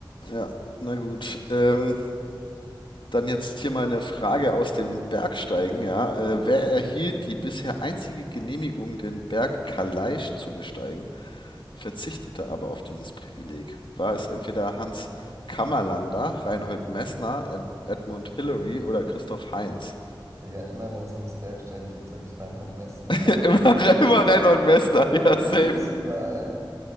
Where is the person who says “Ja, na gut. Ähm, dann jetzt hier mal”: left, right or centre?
Left